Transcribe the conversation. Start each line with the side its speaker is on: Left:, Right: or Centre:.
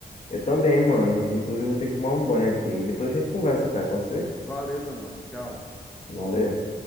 Left: Eu também, mano. In- Inclusive, vou ter que tomar um banho aqui. Depois a gente conversa, cara. Pode ser?
Centre: Valeu, meu mano. Tchau.
Left: Valeu.